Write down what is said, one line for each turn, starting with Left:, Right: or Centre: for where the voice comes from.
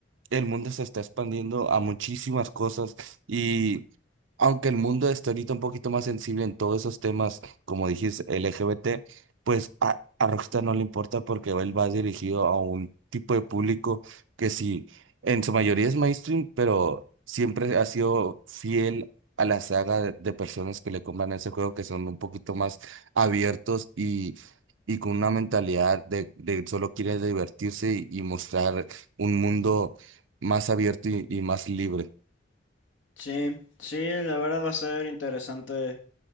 Right: el mundo se está expandiendo a muchísimas cosas y aunque el mundo está ahorita un poquito más sensible en todos esos temas, como dijiste, LGBT, pues a, a Rockstar no le importa porque él va dirigido a un tipo de público que sí, en su mayoría es mainstream, pero siempre ha sido fiel a la saga de, de personas que le compran ese juego, que son un poquito más abiertos y... y con una mentalidad de, de solo quiere divertirse y y mostrar un mundo más abierto y, y más libre.
Left: Sí, sí, la verdad va a ser interesante